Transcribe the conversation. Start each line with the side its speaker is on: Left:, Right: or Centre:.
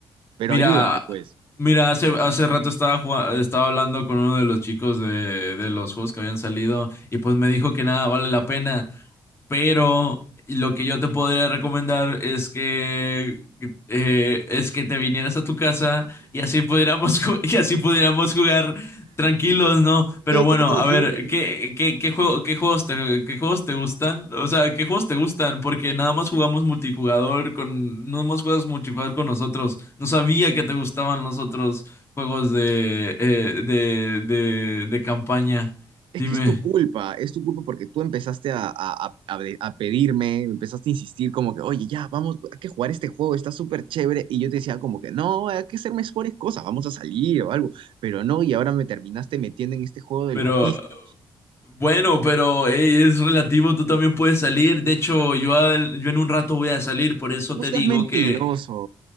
Right: Pero
Left: Mira,
Right: ayúdame, pues.
Left: mira, hace, hace rato estaba, jua- estaba hablando con uno de los chicos de, de los juegos que habían salido y pues me dijo que nada vale la pena. Pero lo que yo te podría recomendar es que eh, es que te vinieras a tu casa y así pudiéramos ju- <laughs> y así pudiéramos jugar tranquilos, ¿no? Pero
Right: No
Left: bueno,
Right: seas así.
Left: a ver, ¿qué, qué, qué juego, qué juegos te, qué juegos te gustan? O sea, ¿qué juegos te gustan? Porque nada más jugamos multijugador con, no más juegas multijugador con nosotros. No sabía que te gustaban los otros juegos de, eh, de, de, de campaña.
Right: Es
Left: Dime,
Right: que es tu culpa, es tu culpa porque tú empezaste a, a- a- a de- a pedirme, empezaste a insistir como que, oye, ya, vamos, hay que jugar este juego, está súper chévere. Y yo te decía como que, no, hay que hacer mejores cosas, vamos a salir o algo. Pero no, y ahora me terminaste metiendo en este juego de
Left: pero.
Right: los vicios.
Left: Bueno, pero ey, es relativo, tú también puedes salir. De hecho, yo, al- yo en un rato voy a salir, por eso
Right: No
Left: te
Right: seas
Left: digo
Right: mentiroso.
Left: que